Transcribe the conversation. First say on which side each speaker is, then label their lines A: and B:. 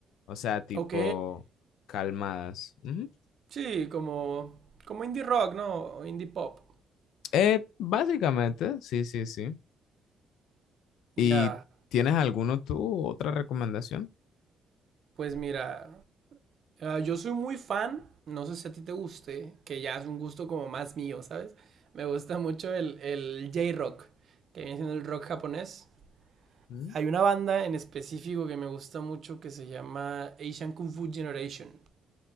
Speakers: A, on the left; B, on the right.
A: o sea, tipo
B: Ok,
A: calmadas. Ujú.
B: sí, como, como indie rock, ¿no? O Indie pop.
A: Eh, básicamente, sí, sí, sí. ¿Y
B: Ya,
A: tienes alguno tú, otra recomendación?
B: pues mira, Ah, yo soy muy fan, no sé si a ti te guste, que ya es un gusto como más mío, ¿sabes? Me gusta mucho el, el J-Rock, que viene siendo el rock japonés.
A: Mm,
B: Hay una banda en específico que me gusta mucho que se llama Asian Kung Fu Generation.